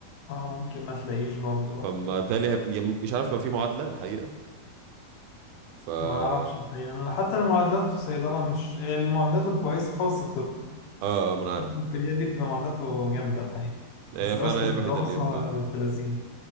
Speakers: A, on the left; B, on the right.
A: اه ممكن ما تلاقيش برضه برضه
B: فما تالي مش عارف لو في معادلة الحقيقة ف اه
A: ما اعرفش الحقيقة انا حتى المعادلات في الصيدلة مش المعادلات الكويسة خالص
B: آه، ما انا عارف
A: الكليات دي بتبقى معداته جامدة الحقيقة
B: هي
A: بس دراسة
B: فعلا هي
A: الدراسة
B: الوحيدة اللي ينفع اه
A: بالتلازيم